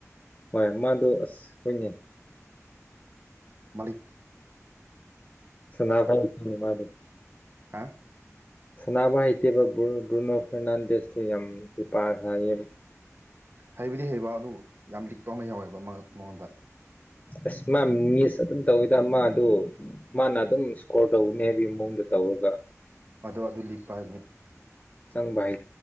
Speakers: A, on the left; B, on the right.
A: ꯍꯣꯏ ꯃꯥꯗꯣ ꯑꯁ ꯍꯣꯏꯅꯦ
B: ꯃꯥꯂꯤꯛ
A: ꯁꯅꯥ ꯐ ꯃꯥꯅꯤ
B: ꯍꯥ
A: ꯁꯅꯥꯕ ꯍꯥꯏꯇꯦꯕ ꯕ꯭ꯔꯨꯅꯣ ꯐꯔꯅꯥꯟꯗꯦꯁꯇꯤ ꯌꯥꯝ ꯍꯩꯄ ꯁꯥꯌꯦꯕ
B: ꯍꯩꯕꯗꯤ ꯍꯩꯕ ꯑꯗꯨ ꯌꯥꯝ ꯂꯤꯛꯄ ꯑꯃ ꯌꯥꯎꯋꯦꯕ ꯃꯉꯣꯟꯗ
A: ꯑꯁ ꯃꯥ ꯃꯤꯁ ꯑꯗꯨꯝ ꯇꯧꯋꯤꯗ ꯃꯥꯗꯨ ꯃꯥꯅ ꯑꯗꯨꯝ ꯏꯁꯀꯣꯔ ꯇꯧꯅꯤ ꯍꯥꯏꯕꯒꯤ ꯃꯑꯣꯡꯗ ꯇꯧꯔꯒ
B: ꯑꯗꯨ ꯑꯗꯨ ꯂꯤꯛꯄ ꯍꯥꯏꯕꯅꯤ
A: ꯆꯪꯕ ꯍꯥꯏ